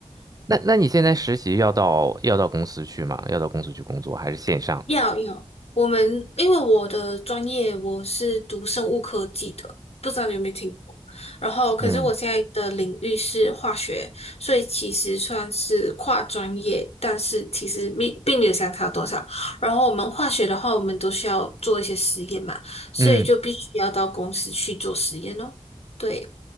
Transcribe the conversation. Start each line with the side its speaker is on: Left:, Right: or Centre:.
Right: 那那你现在实习要到要到公司去吗？要到公司去工作还是线上？
Left: 要要，我们因为我的专业我是读生物科技的，不知道你有没有听过。然后，可是我现在的领域是化学，
Right: 嗯
Left: 所以其实算是跨专业，但是其实并并没有相差多少。然后我们化学的话，我们都需要做一些实验嘛，所以就必须要到公司去做实验哦。
Right: 嗯
Left: 对，